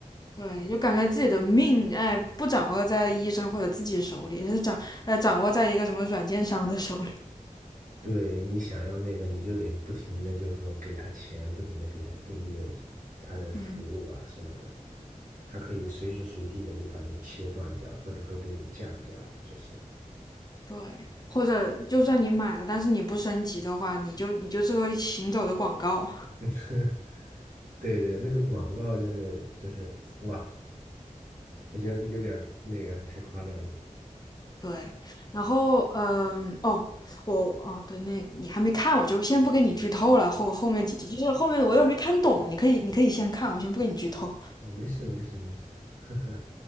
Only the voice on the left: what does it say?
对，就感觉自己的命哎不掌握在医生或者自己手里，是掌呃掌握在一个什么软件商的手里，
嗯，
对。或者就算你买了，但是你不升级的话，你就你就是个行走的广告。
对，然后嗯，哦，我哦，对，那你还没看，我就先不给你剧透了。后后面几集，就是后面我又没看懂，你可以你可以先看，我先不给你剧透。